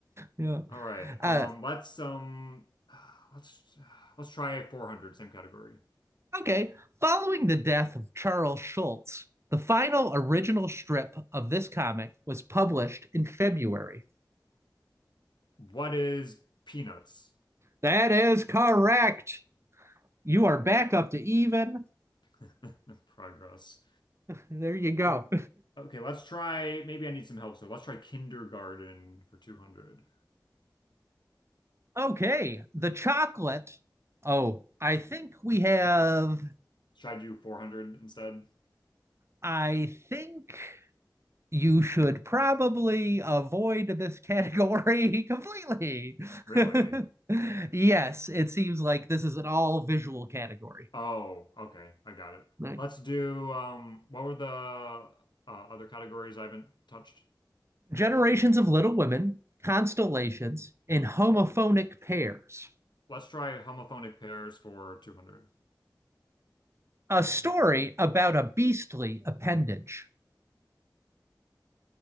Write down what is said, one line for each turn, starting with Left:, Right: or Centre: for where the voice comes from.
Right: Yeah.
Left: All right.
Right: Uh,
Left: Um, let's um <sighs> let's let's try 400, same category.
Right: okay. Following the death of Charles Schulz, the final original strip of this comic was published in February.
Left: What is peanuts?
Right: That is correct. You are back up to even.
Left: <laughs> Progress.
Right: There you go.
Left: Oh, okay, let's try maybe I need some help, so let's try kindergarten for 200.
Right: Okay, the chocolate. Oh, I think we have.
Left: Should I do 400 instead?
Right: I think you should probably avoid this category completely.
Left: Really?
Right: <laughs> yes, it seems like this is an all visual category.
Left: Oh, okay. I got it.
Right: Right.
Left: Let's do um what were the uh, other categories I haven't touched?
Right: Generations of Little Women, Constellations, and Homophonic Pairs.
Left: Let's try homophonic pairs for 200.
Right: A story about a beastly appendage.